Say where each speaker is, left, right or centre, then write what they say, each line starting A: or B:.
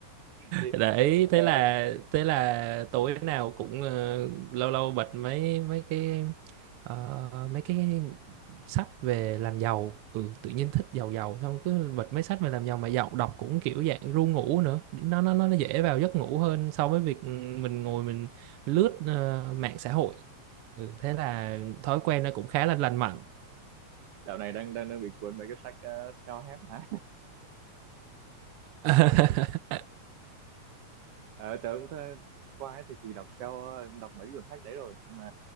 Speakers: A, on the right; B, on the right.
A: Thì,
B: đấy thế
A: tớ
B: là thế là tối nào cũng ờ, lâu lâu bật mấy mấy cái ờ, mấy cái sách về làm giàu ừ tự nhiên thích giàu giàu xong cứ bật mấy sách về làm giàu mà giàu đọc cũng kiểu dạng ru ngủ nữa nó nó nó dễ vào giấc ngủ hơn so với việc ừ, mình ngồi mình lướt ờ, mạng xã hội ừ, thế là thói quen nó cũng khá là lành mạnh
A: dạo này đang đang đang bị cuốn mấy cái sách uh, self-help hả?
B: <laughs>
A: Ờ, tớ cũng thơ, qua ấy thì thì đọc theo đọc mấy cái cuốn sách đấy rồi nhưng mà